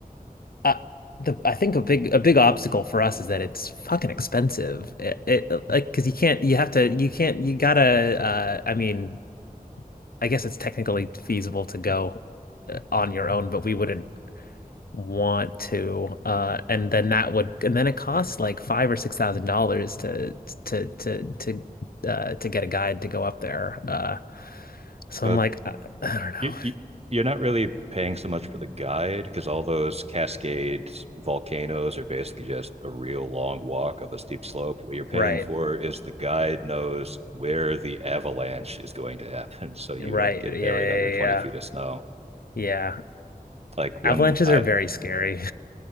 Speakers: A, on the left; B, on the right.
A: Uh, the I think a big a big obstacle for us is that it's fucking expensive. It, it like because you can't you have to you can't you gotta uh I mean I guess it's technically feasible to go uh, on your own, but we wouldn't want to. Uh, and then that would and then it costs like five or six thousand dollars to to to to uh to get a guide to go up there. Uh, so
B: But
A: I'm like I, I don't know.
B: you, you, you're not really paying so much for the guide because all those cascade volcanoes are basically just a real long walk up a steep slope. What you're paying
A: Right,
B: for is the guide knows where the avalanche is going to happen, <laughs> so you
A: right,
B: don't get
A: yeah,
B: buried under
A: yeah,
B: 20
A: yeah.
B: feet of snow.
A: Yeah.
B: Like when
A: Avalanches
B: I
A: are very scary.